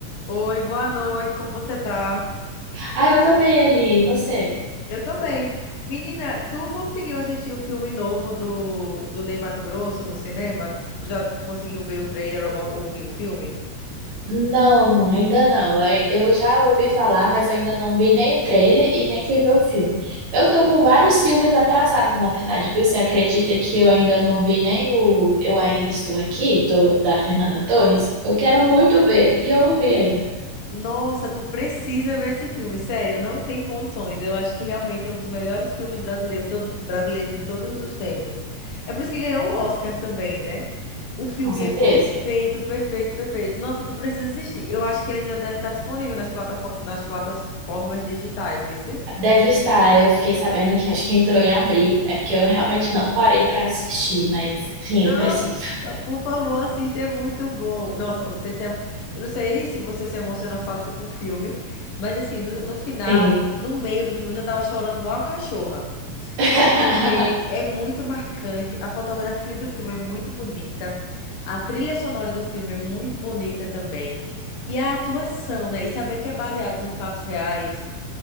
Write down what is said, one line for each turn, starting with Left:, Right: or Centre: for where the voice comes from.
Left: Oi, boa noite, como você tá?
Right: Ah, eu tô bem, Eli. E você?
Left: Eu tô bem. Menina, tu conseguiu assistir o filme novo do, do Ney Matogrosso no cinema? Tu já conseguiu ver o trailer ou alguma- ou ouvir o filme?
Right: Não, ainda não. Eu já ouvi falar, mas ainda não vi nem o trailer e nem fui ver o filme. Eu tô com vários filmes atrasados, na verdade, viu? Você acredita que eu ainda não vi nem o Eu Ainda Estou Aqui, do- da Fernanda Torres? Eu quero muito ver e eu não vi ainda,
Left: Nossa, tu precisa ver esse filme, sério, não tem condições. Eu acho que realmente é um dos melhores filmes brasileiro todo, brasileiros de todos os tempos. É por isso que ganhou o Oscar também, né? O filme
Right: com certeza.
Left: é perfeito, perfeito, perfeito. Nossa, tu precisa assistir. Eu acho que ele já deve estar disponível nas plataformas, nas plataformas digitais, vice?
Right: Deve estar, eu fiquei sabendo que acho que entrou em abril. É porque eu realmente não parei pra assistir, mas sim,
Left: Nossa,
Right: eu preciso. <laughs>
Left: por favor, assista, é muito bom. Nossa, você se emo- eu não sei se você se emociona fácil com o filme, mas assim, no, no final,
Right: Sim.
Left: no meio do filme, eu já tava chorando igual uma cachorra.
Right: <laughs>
Left: Porque é muito marcante, a fotografia do filme é muito bonita, a trilha sonora do filme é muito bonita também, e a atuação, né? E saber que é baseado em fatos reais,